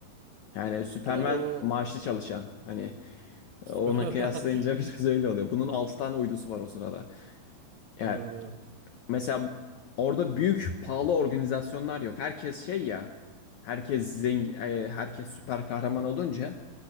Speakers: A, on the left; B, on the right.
A: Yani Superman
B: Doğru o
A: maaşlı çalışan. Hani ona
B: <laughs>
A: kıyaslayınca <laughs> biraz öyle oluyor. Bunun 6 tane uydusu var o sırada. Yani
B: Doğru doğru.
A: Mesela orada büyük pahalı organizasyonlar yok. Herkes şey ya. Herkes zengin, e, herkes süper kahraman olunca